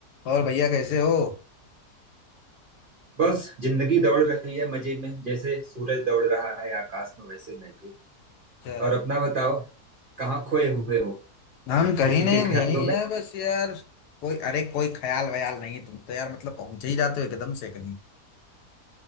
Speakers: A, on the left; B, on the right.
A: और भैया कैसे हो
B: बस जिंदगी दौड़ रही है मजे में जैसे सूरज दौड़ रहा है आकाश में वैसे मैं भी
A: अच्छा
B: और अपना बताओ कहाँ खोए हुए हो
A: हम कहीं
B: किसी
A: नहीं
B: के ख्यालों
A: यहीं
B: में
A: है बस यार कोई अरे कोई ख्याल वयाल नहीं तुम तो यार मतलब पहुंच ही जाते हो एकदम से कहीं